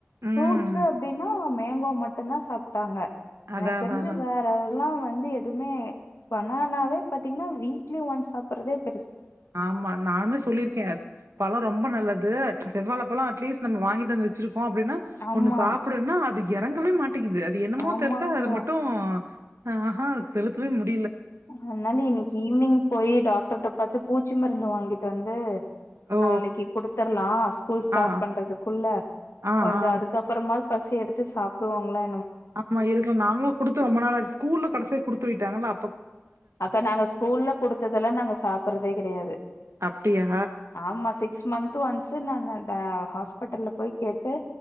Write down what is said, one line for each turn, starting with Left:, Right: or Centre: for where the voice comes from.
Right: ம்
Left: ஃப்ரூட்சு அப்டினா மேங்கோ மட்டுந்தா சாப்ட்டாங்க
Right: அதா
Left: எனக்கு
Right: அதா
Left: தெரிஞ்சி
Right: அதா
Left: வேற இப்பெல்லா வந்து எதுவுமே பனானாவே பாத்தீங்கன்னா வீக்லி ஒன்ஸ் சா பிரதீப்
Right: ஆமா நானுமே சொல்லியிருக்கே பழ ரொம்ப நல்லது செவ்வால பழ அட்லீஸ்ட் நம் வாங்கிட்டு வந்து வச்சிருக்கு அப்டின்னா
Left: ஆமா
Right: ஒண்ணு சாப்டணு அது எறங்கவே மாட் ட்டிங்குது அது என்னமோ
Left: ஆமாங்கா
Right: தெரியல அது மட்டு ஆஹஹா அத க <unintelligible>
Left: அதனால இன்னைக்கு ஈவினிங் போய் டாக்டர்ர்க்ட பாத்த பூ பூச்சி மருந்து வாங்கிட்டு வந்து
Right: ஓ
Left: நாளைக்கு கொடுத்துரலா ஸ்கூல் ஸ்டார்ட்
Right: ஆ
Left: பண்றதுக்குள்ள
Right: ஆ
Left: கொஞ்ச
Right: ஆ
Left: அதுக்கப்புறமா பசி எடுத்து சாப்பிடுவாங்களா
Right: ஆமா இருங்க நாங்களும் கொடுத்து ரொம்ப நாள் ஆச்சு ஸ்கூல்ல கடைசியா குடுத்து விட்டாங்களா
Left: அப்ப நாங்க ஸ்கூல்ல குடுத்ததெல்லாம் நாங்க சாப்பிடுறதே கிடையாது
Right: அப்டியா?
Left: ஆமா சிக்ஸ் மன்த் ஒன்ஸ் நான் ஹாஸ்பிடல்ல போய் கேட்டு